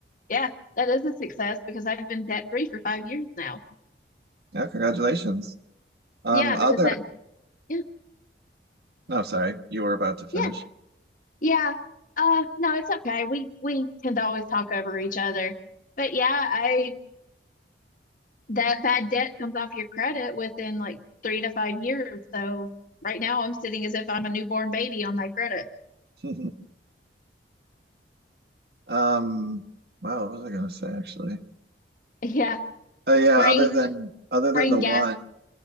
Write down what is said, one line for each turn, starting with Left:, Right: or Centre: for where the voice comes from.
Left: Yeah, that is a success because I've been debt free for five years now.
Right: Yeah, congratulations. Um,
Left: Yeah,
Right: other.
Left: because that, yeah,
Right: No, sorry, you were about to finish.
Left: yeah, Yeah. Uh, no, it's okay. We we tend to always talk over each other. But yeah, I that bad debt comes off your credit within like three to five years. So right now I'm sitting as if I'm a newborn baby on my credit.
Right: <laughs> Um, wow, what was I gonna say actually?
Left: <laughs> Yeah.
Right: Uh, yeah,
Left: Brain
Right: other than other than
Left: brain
Right: the
Left: gas.
Right: one,